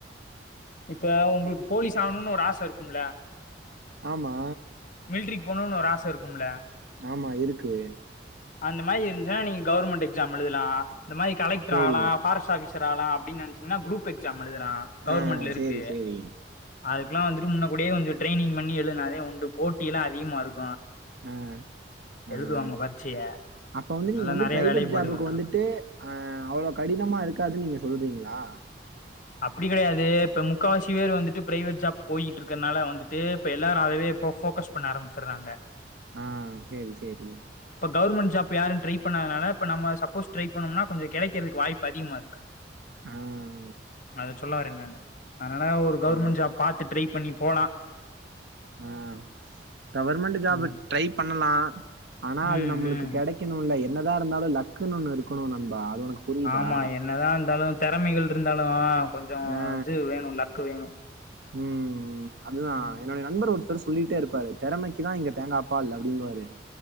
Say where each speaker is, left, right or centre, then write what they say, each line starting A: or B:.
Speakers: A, on the left (about 45°); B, on the right (about 70°).
A: இப்ப உங்களுக்கு போலீஸ் ஆகணும்னு ஒரு ஆசை இருக்கும்ல
B: ஆமா
A: திரும்பி போகணும்னு ஒரு ஆசை இருக்கும்ல
B: ஆமா இருக்கு
A: அந்த மாதிரி இருந்துச்சுனா நீங்க கவர்மெண்ட் எக்ஸாம் எழுதலாம் இந்த மாதிரி கலெக்டர்
B: சரி.
A: ஆகலாம் பாரெஸ்ட் ஆஃபீர் லாம் அப்டின் நினைச்ச்சீங்கன்னா குரூப் எக்ஸாம் எழுதுலான் கவர்மெண்ட்ல
B: ஆ
A: இருக்கு
B: சரி, சரி.
A: அதுக்கெல்லாம் வந்துட்டு முன்ன கூடிய கொஞ்சம் ட்ரைனிங் பண்ணி எழுதுனாதே ஒண்டு போட்டி எல்லாம் அதிகமா இருக்கும்
B: அஹ் ஆஹ்
A: எழுதுவாங்க பரீட்சைய
B: அப்ப வந்து
A: அதனால
B: நீங்க வந்து
A: நெறைய
B: பிரைவேட்
A: வேலைப்பாடுகள்
B: ஜாபுக்கு வந்துட்டு
A: இருக்கு
B: அஹ் அவ்வளவு கடினமா இருக்காதுன்னு நீங்க சொல்றீங்களா
A: அப்படி கெடையாது இப்ப முக்கால்வாசி பேர் வந்துட்டு பிரைவேட் ஜாப் போயிட்டு இருக்கனால வந்துட்டு இப்ப எல்லாரும் அதவே இப்ப போக்கஸ் பண்ண ஆரம்பிச்சடுறாங்க
B: ஆஹ் செரி செரி
A: கவர்மெண்ட் ஜாப் யாரும் ட்ரை பண்ணாததுனால இப்ப நம்ம சப்போஸ் ட்ரை பண்ணோம்னா கொஞ்ச கிடைக்கிறது வாய்ப்பு அதிகமா இருக்கு
B: ஆஹ்
A: அத சொல்ல வரேன்ங்க அதனால ஒரு கவர்மெண்ட்
B: ஆ
A: ஜாப் பாத்துட்டு போலாம்
B: உஹம் கவர்மெண்ட்டு ஜாப்
A: ம்
B: ட்ரை பண்ணலாம் ஆனா
A: ம்
B: அது நம்மளுக்கு
A: ம்
B: கெடைக்கணும் இல்ல என்னதா இருந்தாலும் லக்ன்னனு ஒண்ணு இருக்கணும் நண்பா அது உனக்கு புரியுதா
A: ஆமா என்னதான் இருந்தாலும் திறமைகள் இருந்தாலும் கொஞ்சம்
B: ஆ
A: இது வேணும் லக்கு வேணும்
B: ம் அதுதா
A: உம்
B: என்னுடைய நண்பர் சொல்லிட்டே இருப்பாரு திறமைக்குதான்ங்க தேங்காய் பால் அப்படிங்கற எ